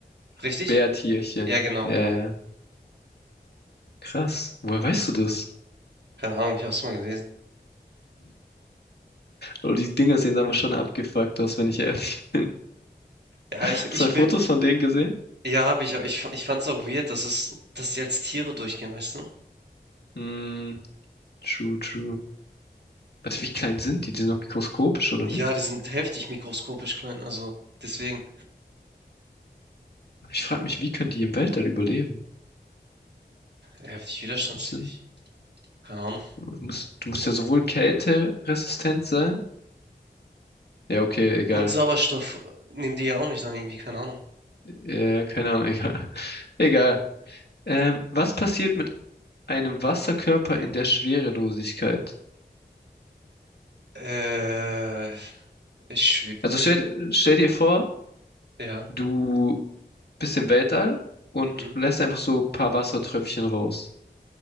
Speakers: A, on the right (about 80°); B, on the left (about 70°).
A: richtig?
B: Bärtierchen.
A: Ja, genau,
B: Ja,
A: genau.
B: ja. ja. Krass. Woher weißt du das?
A: Keine Ahnung, ich habe es mal gelesen.
B: Oh, die Dinger sehen aber schon abgefuckt aus, wenn ich ehrlich.
A: Ja,
B: <laughs>
A: ich
B: Hast
A: ich
B: du mal Fotos
A: bin
B: von denen gesehen?
A: ja, habe ich, aber ich ich fand's auch weird, dass es dass die als Tiere durchgehen, weißt du?
B: Hm, true, true. Warte, wie klein sind die? Die sind noch mikroskopisch, oder
A: Ja,
B: nicht?
A: die sind heftig mikroskopisch klein, also deswegen
B: Aber Ich frage mich, wie können die im Weltall überleben?
A: heftig widerstandsfähig.
B: Müssen-
A: Keine Ahnung.
B: Du musst, du musst ja sowohl kälteresistent sein. Ja, okay, egal.
A: Und Sauerstoff äh, nehmen die ja auch nicht dann irgendwie, keine Ahnung.
B: Äh, keine Ahnung, egal. <laughs> Egal. Ähm, was passiert mit einem Wasserkörper in der Schwerelosigkeit?
A: Äh, es schwebt.
B: Also stell, stell dir vor,
A: Ja.
B: du bisschen Weltall und
A: Mhm.
B: lässt einfach so ein paar Wassertröpfchen raus.